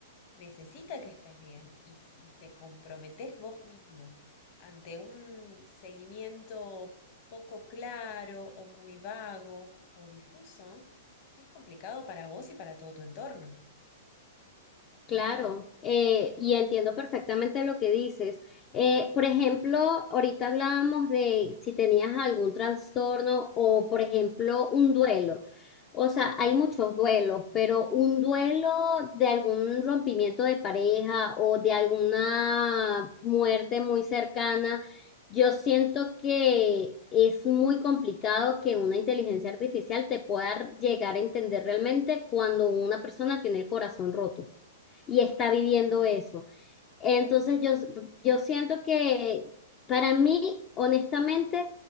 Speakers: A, on the left; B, on the left.
A: necesita que estés bien. Y si te comprometés vos mismo ante un seguimiento poco claro o muy vago o difuso, es complicado para vos y para todo tu entorno.
B: Claro, eh, y entiendo perfectamente lo que dices. Eh, por ejemplo, ahorita hablábamos de si tenías algún trastorno o, por ejemplo, un duelo. O sea, hay muchos duelos, pero un duelo de algún rompimiento de pareja o de alguna muerte muy cercana, yo siento que es muy complicado que una inteligencia artificial te pueda llegar a entender realmente cuando una persona tiene el corazón roto y está
A: Absolutamente.
B: viviendo eso. Entonces yo, yo siento que para mí, honestamente,